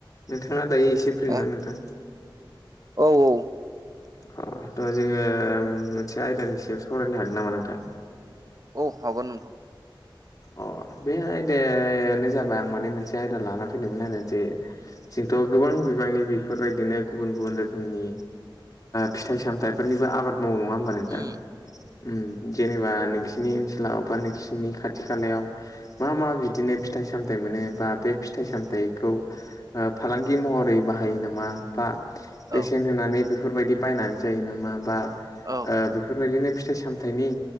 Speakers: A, on the left; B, on the right.
A: नोंथाङा दायो एसे फ्रिना
B: ए
A: नोंथां?
B: औ औ
A: अ थ' जोङो मोनसे आयदानि सायाव सावरायनो हागोन नामा नोंथां?
B: औ हागोन नोंथां।
A: अ बे आयदायानो जाबाय आं माने मोनसे आयदा लाना फैदोंमोन आरो जे जोंथ' गोबां बिबांनि बेफोरबायदिनो गुबुन गुबुन रोखोमनि फिथाइ सामथाइफोरनिबो आबाद मावो नङा होमबा नोंथां?
B: उम
A: उम जेनेबा नोंसिनि ओनसोलाव बा नोंसिनि खाथि खालायाव मा मा बिदिनो फिथाइ सामथाइ मोनो बा बे फिथाइ सामथायाइखौ फालांगि महरै बाहायो नामा बा बेसेन
B: औ
A: होनानै बेफोरबायदि बायनानै जायो नामा बा
B: औ
A: बेफोरबायदिनो फिथाइ सामथ थाइनि